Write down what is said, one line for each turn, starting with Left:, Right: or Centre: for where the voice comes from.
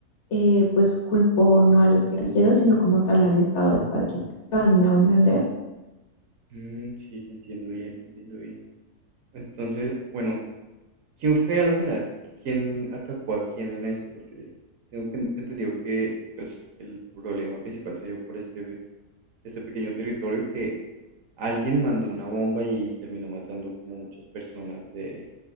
Left: eh, pues culpó no a los guerrilleros, sino como tal al Estado de Pakistán, ¿me hago entender?
Right: Mm, sí, te entiendo bien, te entiendo bien. Entonces, bueno, ¿quién fue a la final? ¿Quién atacó a quién en esto? Porque tengo que entendido que pues el problema principal se dio por este, este pequeño territorio que alguien mandó una bomba y terminó matando como muchas personas de,